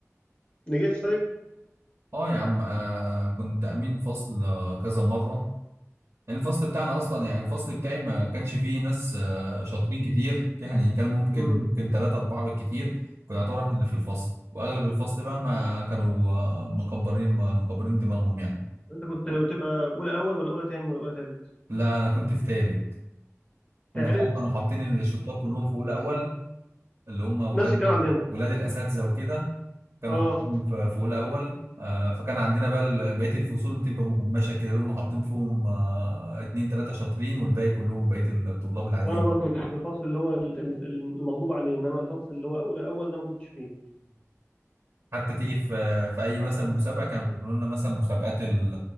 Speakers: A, on the left; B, on the right.
A: نجحت طيب
B: اه يا عم آه كنت امين فصل آه، كذا مره الفصل بتاعنا اصلا يعني الفصل بتاعي ما كانش فيه ناس آه، شاطرين كتير يعني كان ممكن
A: امم
B: ممكن ثلاثة أربعة بالكتير كنا نعتبر احنا اللي في الفصل واغلب الفصل بقى ما كانوا آه، مكبرين مكبرين دماغهم يعني
A: انت كنت بتبقى اولى اول ولا اولى تاني ولا اولى تالت
B: لا انا كنت في تالت
A: تالت
B: هم طبعا كانوا حاطين الشطار كلهم في اولى اول اللي هم ولاد
A: نفس الكلام عندنا
B: ولاد الاساتذه وكده كانوا
A: اه
B: حاطينهم في في اولى اول آه، فكان عندنا بقى ال- بقيه الفصول بتبقى مهمشه كده اللي هم حاطين فيهم آه، اتنين تلاته شاطرين والباقي كلهم بقيه الطلاب العاديين
A: وانا برضو كنت في الفصل اللي هو ال- ال- المغضوب عليه انما الفصل اللي هو اولى اول ده ما كنتش فيه
B: حتى تيجي في في اي مثلا مسابقه كانوا بيعملوا لنا مثلا مسابقات ال-